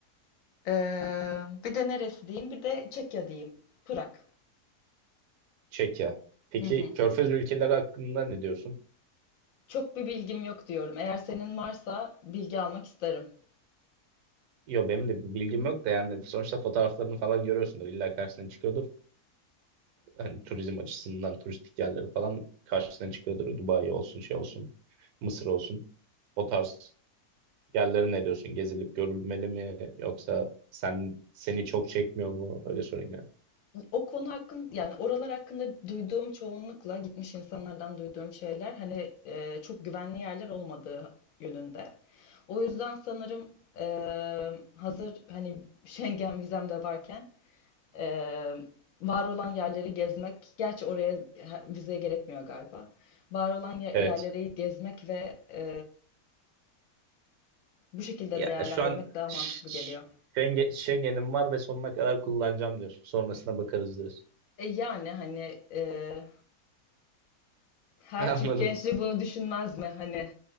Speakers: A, on the left; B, on the right.
A: Ee, bir de neresi diyeyim? Bir de Çekya diyeyim. Prag.
B: Çekya. Peki
A: Hı hı.
B: Körfez ülkeleri hakkında ne diyorsun?
A: Çok bir bilgim yok diyorum. Eğer senin varsa bilgi almak isterim.
B: Yo benim de bir bilgim yok da yani sonuçta fotoğraflarını falan görüyorsundur. İlla karşısına çıkıyordur. Hani turizm açısından turistik yerleri falan karşısına çıkıyordur. Dubai olsun şey olsun. Mısır olsun. O tarz yerlere ne diyorsun? Gezilip görülmeli mi yoksa sen seni çok çekmiyor mu? Öyle sorayım yani.
A: O konu hakkında yani oralar hakkında duyduğum çoğunlukla gitmiş insanlardan duyduğum şeyler hani e, çok güvenli yerler olmadığı yönünde. O yüzden sanırım e, hazır hani Schengen vizem de varken e, var olan yerleri gezmek, gerçi oraya ha- vize gerekmiyor galiba. Var olan ye-
B: Evet.
A: yerleri gezmek ve e, bu şekilde
B: Ya
A: değerlendirmek
B: şu an
A: daha
B: Ş-
A: mantıklı
B: Ş-
A: geliyor.
B: Schengen- Schengen'im var ve sonuna kadar kullanacağım diyorsun. Sonrasına bakarız diyorsun.
A: E yani hani e, Her
B: <laughs> Anladım.
A: Türk gençliği bunu düşünmez mi? Hani